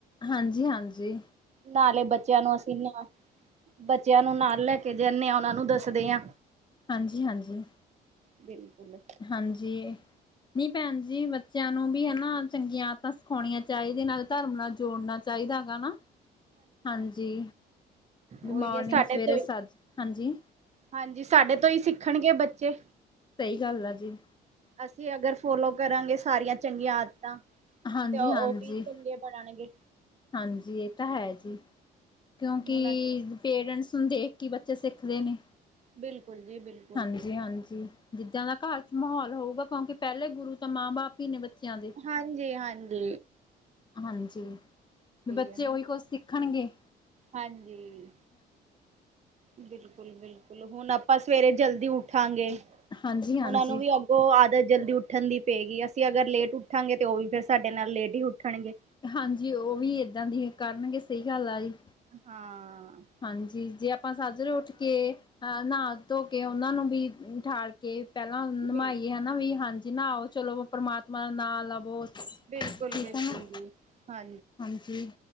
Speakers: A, on the left; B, on the right.
A: ਹਾਂਜੀ-ਹਾਂਜੀ।
B: ਨਾਲੇ ਬੱਚੇਆਂ ਨੂੰ ਅਸੀਂ ਨ ਬੱਚੇਆਂ ਨੂੰ ਨਾਲ ਲੈ ਕੇ ਜਾਂਣੇ ਆ, ਓਨਾਂ ਨੂੰ ਦੱਸਦੇ ਆਂ।
A: ਹਾਂਜੀ-ਹਾਂਜੀ।
B: ਬਿਲਕੁੱਲ।
A: ਹਾਂਜੀ, ਨੀ ਭੈਣ ਜੀ ਮ ਬੱਚਿਆਂ ਨੂੰ ਵੀ ਹਨਾ ਚੰਗੀਆਂ ਆਦਤਾਂ ਸਿਖਾਉਣੀਆਂ ਚਾਹੀਦੀਆਂ ਨਾਲ। ਧਰਮ ਨਾਲ ਜੋੜਨਾ ਚਾਹੀਦਾ ਹਗਾ ਨਾ, ਹਾਂਜੀ। ਵੀ
B: ਉਹੀ
A: ਮੋਰਨਿੰਗ
B: ਹੈ ਸਾਡੇ
A: ਸਵੇਰੇ
B: ਤੋਂ
A: ਸੱਜ, ਹਾਂਜੀ।
B: ਹਾਂਜੀ ਸਾਡੇ ਤੋਂ ਹੀ ਸਿੱਖਣਗੇ ਬੱਚੇ।
A: ਸਹੀ ਗੱਲ ਆ ਜੀ।
B: ਅਸੀਂ ਅਗਰ ਫੋਲੋ ਕਰਾਂਗੇ ਸਾਰੀਆਂ ਚੰਗੀਆਂ ਆਦਤਾਂ।
A: ਹਾਂਜੀ-
B: ਤੇ ਉਹ
A: ਹਾਂਜੀ,
B: ਵੀ ਚੰਗੇ ਬਣਨਗੇ।
A: ਹਾਂਜੀ ਇਹ ਤਾਂ ਹੈ ਜੀ। ਕਿਉਂਕਿ
B: ਹੁਣ ਅਸੀਂ
A: ਪੇਰੈਂਟਸ ਨੂੰ ਦੇਖ ਕੇ ਹੀ ਬੱਚੇ ਸਿੱਖਦੇ ਨੇ।
B: ਬਿਲਕੁੱਲ ਜੀ ਬਿਲ-
A: ਹਾਂਜੀ- ਹਾਂਜੀ ਜਿੱਦਾਂ ਦਾ ਘਰ ਚ ਮਾਹੌਲ ਹੋਉਗਾ ਕਿਉਂਕਿ ਪਹਿਲੇ ਗੁਰੂ ਤਾਂ ਮਾਂ- ਬਾਪ, ਈ ਨੇ ਬੱਚਿਆਂ ਦੇ,
B: ਹਾਂਜੀ, ਹਾਂਜੀ
A: ਹਾਂਜੀ। ਬੱਚੇ
B: ਹੈ ਨਾ
A: ਉਹੀ ਕੁਛ ਸਿੱਖਣਗੇ।
B: ਹਾਂਜੀ। ਬਿਲਕੁੱਲ- ਬਿਲਕੁੱਲ ਹੁਣ ਆਪਾਂ ਸਵੇਰੇ ਜਲਦੀ ਉਠਾਂਗੇ,
A: ਹਾਂਜੀ ਹਾਂਜੀ
B: ਉਹਨਾਂ ਨੂੰ ਵੀ ਅ- ਉਹ ਆਦਤ ਜਲਦੀ ਉੱਠਣ ਦੀ ਪਏਗੀ ਅਸੀਂ ਅਗਰ ਲੇਟ ਉੱਠਾਂਗੇ ਤੇ ਉਹ ਵੀ ਫੇਰ ਸਾਡੇ ਨਾਲ ਲੇਟ ਹੀ ਉੱਠਣਗੇ।
A: ਹਾਂਜੀ ਉਹ ਵੀ ਏਦਾਂ ਦੀ ਹੀ ਕਰਨਗੇ ਸਹੀ ਗੱਲ ਆ ਜੀ।
B: ਹਾਂ।
A: ਹਾਂਜੀ ਜੇ ਆਪਾਂ ਸਾਜਰੇ ਉੱਠ ਕੇ ਅ ਨਹਾ ਧੋ ਕੇ ਉਹਨਾਂ ਨੂੰ ਵੀ ਠ- ਕੇ ਪਹਿਲਾਂ ਨਿਮਾਈਏ
B: ਬਿਲ
A: ਹਨਾ ਵੀ ਹਾਂਜੀ ਨਾਹਾਓ ਚਲੋ ਪਰਮਾਤਮਾ ਦਾ ਨਾ ਲਵੋ। ਠੀਕ
B: ਬਿਲਕੁੱਲ- ਬਿਲਕੁੱਲ
A: ਹੈ ਨਾ
B: ਜੀ ਹਾਂ।
A: ਹਾਂਜੀ,